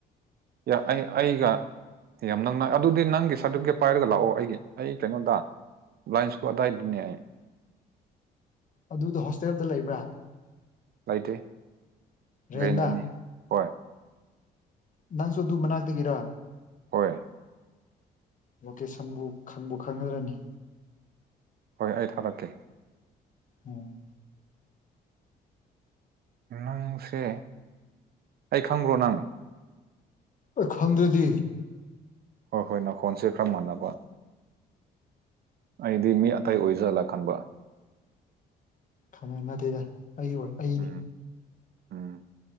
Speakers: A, on the right (about 60°); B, on the left (about 45°).
A: ꯌꯥ ꯑꯩ ꯑꯩꯒ ꯌꯥꯝ ꯅꯛꯅꯩ ꯑꯗꯨꯗꯤ ꯅꯪꯒꯤ ꯁꯥꯔꯇꯤꯐꯤꯀꯦꯠ ꯄꯥꯏꯔꯒ ꯂꯥꯛꯑꯣ ꯑꯩꯒꯤ ꯑꯩ ꯀꯩꯅꯣꯗ ꯂꯥꯏꯟꯁ ꯀꯣ ꯑꯗꯥꯏꯗꯅꯦ
B: ꯑꯗꯨꯗ ꯍꯣꯁꯇꯦꯜꯗ ꯂꯩꯕ꯭ꯔꯥ
A: ꯂꯩꯇꯦ ꯔꯦꯟꯗꯅꯦ
B: ꯔꯦꯟꯗ
A: ꯍꯣꯏ
B: ꯅꯪꯁꯨ ꯑꯗꯨ ꯃꯅꯥꯛꯇꯒꯤꯔꯥ
A: ꯍꯣꯏ
B: ꯂꯣꯀꯦꯁꯟꯕꯨ ꯈꯪꯕꯨ ꯈꯪꯒꯗ꯭ꯔꯅꯦ
A: ꯍꯣꯏ ꯑꯩ ꯊꯥꯔꯛꯀꯦ
B: ꯎꯝ
A: ꯅꯪꯁꯦ ꯑꯩ ꯈꯪꯕ꯭ꯔꯣ ꯅꯪ
B: ꯑꯦ ꯈꯡꯗ꯭ꯔꯥꯗꯤ
A: ꯍꯣꯏ ꯍꯣꯏ ꯅꯈꯣꯟꯁꯦ ꯈꯔ ꯃꯥꯟꯅꯕ ꯑꯩꯗꯤ ꯃꯤ ꯑꯇꯩ ꯑꯣꯏꯖꯜꯂꯥ ꯈꯟꯕ
B: ꯈꯪꯉꯦ ꯅꯠꯇꯦꯗ ꯑꯩ ꯑꯣꯏ ꯑꯩꯅꯤ
A: ꯎꯝ ꯎꯝ